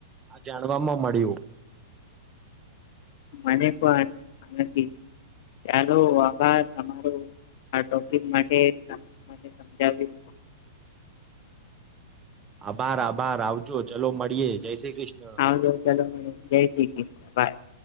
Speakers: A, on the right; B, on the left.
A: આ જાણવાવામાં મળ્યું.
B: મને પણ નથી ચાલો આભાર તમારો આ ટોપિક માટે મને સમજાવ્યું
A: આભાર આભાર આવજો ચલો મળીએે જય શ્રી કૃષ્ણ
B: આવજો ચલો મળીયે જય શ્રી કૃષ્ણ બાય